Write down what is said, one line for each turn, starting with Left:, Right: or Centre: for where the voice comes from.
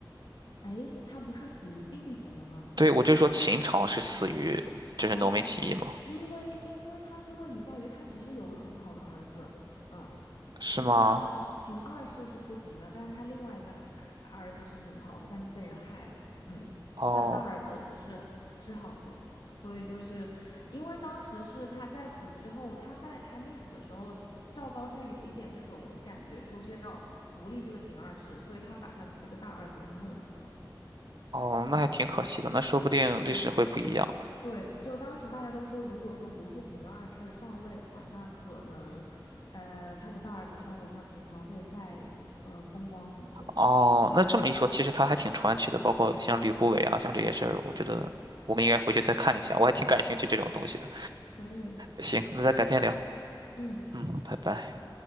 Left: 哎，他不是死于病死的吗？
Right: 对，我就说秦朝是死于就是农民起义嘛，
Left: 哦，因为因为他是问题在于他其实有个很好的儿子，嗯，
Right: 是吗？
Left: 他秦二世是不行的，但是他另外一个儿子是很好的，但是被人害了，嗯，
Right: 哦
Left: 他的大儿子是是好的，所以就是因为当时是他在死之后，他在还没死的时候，赵高就有一点那种感觉，说是要扶立这个秦二世，所以他把他的这个大儿子给他弄死了，
Right: 哦，那还挺可惜的，
Left: 嗯，
Right: 那说不定历史会不一样。
Left: 是这样。对，就当时大家都说，如果说不是秦二世上位的话，那可能，呃，他的大儿子上位的话，秦朝会再呃风光很久。
Right: 哦，那这么一说，其实他还挺传奇的，包括像吕不韦啊，像这些事儿，我觉得我们应该回去再看一下，我还挺感兴趣这种东西的。
Left: 可以，
Right: 行，那咱改天聊，
Left: 嗯。
Right: 嗯，拜拜。